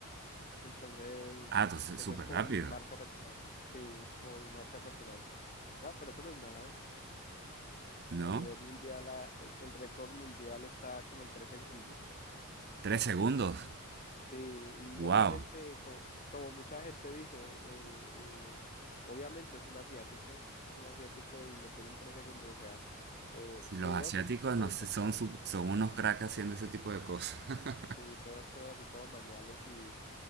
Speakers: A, on the left; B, on the right.
A: Entonces,
B: Ah, entonces
A: esa
B: súper
A: es como
B: rápido,
A: mi marca personal. Sí, como mi marca personal. No, pero eso no es nada.
B: ¿no?
A: A nivel mundial, la- e, el récord mundial está como en 3 segundos.
B: Tres segundos.
A: Sí, y
B: Wow.
A: obviamente, co- como, mucha gente dice, eh, eh, obviamente es un asiático, es un asiático y lo tienen tres segundos, o sea, eh,
B: Los
A: videos
B: asiáticos
A: en YouTube puede
B: no sé,
A: encontrar,
B: son, su- son unos cracks haciendo ese tipo de cosas. <laughs>
A: sí, todas las cosas así como manuales y,